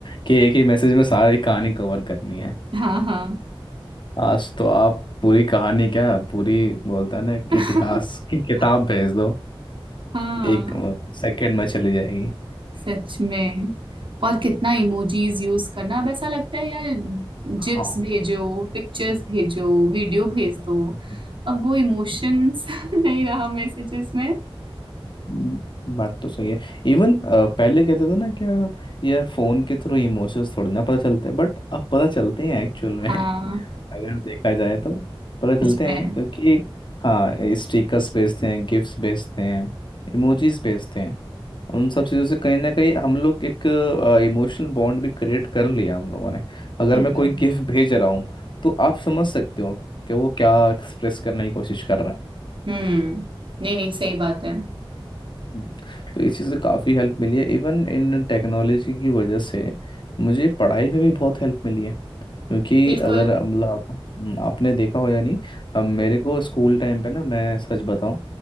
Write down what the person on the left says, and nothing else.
कि एक ही मैसेज में सारी कहानी कवर करनी है
आज तो आप पूरी कहानी क्या पूरी बोलता है ना एक
इतिहास की किताब भेज दो
एक सेकंड में चली जाएगी
हाँ
हम्म,
हम्म, बात तो सही है इवन पहले कहते थे ना क्या यार फोन के थ्रू इमोशंस थोड़ी ना पता चलते बट अब पता चलते हैं एक्चुअल में
अगर देखा जाए तो पता चलते
हैं क्योंकि हाँ स्टिकर्स भेजते हैं गिफ्ट्स भेजते हैं इमोजीज भेजते हैं उन सब चीज़ों से कहीं ना कहीं हम लोग एक इमोशनल बॉन्ड भी क्रिएट कर लिया हम लोगों ने अगर
मैं कोई गिफ्ट भेज रहा हूँ तो आप समझ सकते हो कि वो क्या एक्सप्रेस करने की कोशिश कर रहा है
हम्म। तो इस चीज़ से काफ़ी हेल्प मिली है इवन इन टेक्नोलॉजी की वजह से मुझे पढ़ाई में भी बहुत हेल्प मिली है क्योंकि
अगर अब मतलब आप, हम्म, आपने देखा हो या नहीं अब मेरे को स्कूल टाइम पे ना मैं सच बताऊं